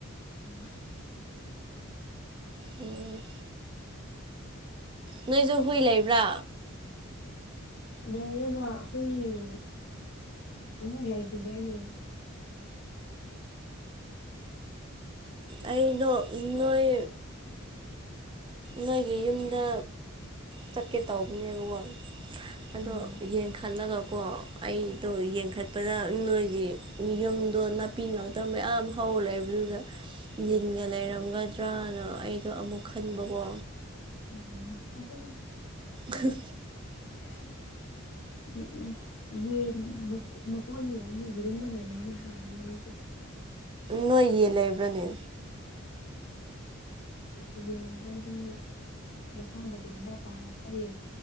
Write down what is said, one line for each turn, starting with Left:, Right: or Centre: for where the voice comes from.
Left: ꯎꯝ
Right: ꯎꯝ ꯅꯣꯏꯁꯨ ꯍꯨꯏ ꯂꯩꯕ꯭ꯔꯥ
Left: ꯂꯣꯏꯔꯦꯒ ꯑꯩꯈꯣꯏ ꯎ ꯑꯃꯨꯛ ꯂꯩꯈꯤꯗꯣꯏꯅꯦ
Right: ꯑꯩꯩꯅ ꯅꯣꯏ ꯅꯣꯏꯒꯤ ꯌꯨꯝꯗ ꯆꯠꯀꯦ ꯇꯧꯕꯅꯦꯕꯀꯣ ꯑꯗꯣ
Left: ꯎꯝ
Right: ꯌꯦꯡꯈꯠꯂꯒꯀꯣ ꯑꯩꯗꯣ ꯌꯦꯡꯈꯠꯄꯗ ꯅꯣꯏꯒꯤ ꯌꯨꯝꯗꯣ ꯅꯥꯄꯤ ꯉꯥꯛꯇ ꯃꯌꯥꯝ ꯍꯧꯂꯦꯕꯗꯨꯗ ꯂꯤꯟꯒ ꯂꯩꯔꯝꯒꯗ꯭ꯔꯅ ꯑꯩꯗꯣ ꯑꯃꯨꯛ ꯈꯟꯕꯀꯣ
Left: ꯎꯝ ꯁ
Right: ꯍ
Left: <unintelligible> ꯌꯦ ꯃꯀꯣꯟ ꯂꯩꯔꯝꯅꯤ ꯌꯦꯔꯨꯝꯕ ꯂꯩꯔꯝꯅꯤ ꯌꯦ ꯎ
Right: ꯅꯣꯏ ꯌꯦ ꯂꯩꯕ꯭ꯔꯅꯦ
Left: ꯦꯗꯤ ꯃꯁꯥ ꯃꯇ ꯇꯣꯡꯝꯗꯥ ꯇꯛꯇꯡ